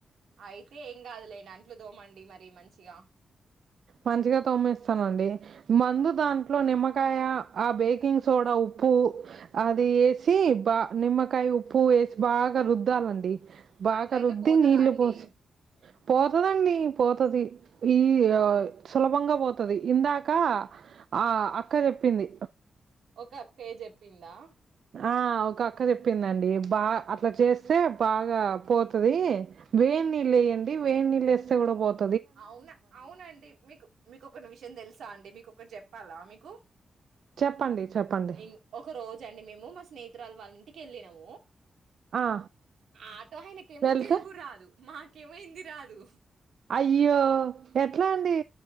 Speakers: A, on the right (about 85°); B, on the right (about 65°).
A: అయితే ఏం కాదులేండి అంట్లు దోమండి మరి మంచిగా
B: మంచిగా తోమ్మిస్తానండి మందు దాంట్లో నిమ్మ కాయ ఆ బేకింగ్ సోడా ఉప్పు అది వేసి బా నిమ్మకాయ ఉప్పు వేసి బాగా రుద్దాలండి బాగా
A: అట్లయితే
B: రుద్ది
A: పోతదా
B: నీళ్లు
A: అండి?
B: పోసి పోతుదండి పోతుది ఈ ఆ సులభంగా పోతది ఇందాక ఆ అక్క చెప్పింది
A: ఒక అక్కయ్య చెప్పిందా
B: ఆ ఒక అక్క చెప్పిందండి బా అట్లా చేస్తే బాగా పోతుంది వేడి నీళ్ళు వేయండి వేడి నీళ్ళు వేస్తే కూడా పోతు
A: అవునా అవునండి మీకు మీకొ ఒక విషయం తెలుసా అండి మీకు ఒకటి చెప్పాలా మీకు
B: చెప్పండి చెప్పండి
A: ఇం ఒక రోజు అండి మేము మా స్నేహితురాలు వాళ్ళంటి కెళ్ళినం
B: ఆ
A: ఆటో ఆయనకేమో
B: వెళ్తే
A: తెలుగు రాదు మాకేమైంది రాదు
B: అయ్యో ఎట్లా అండి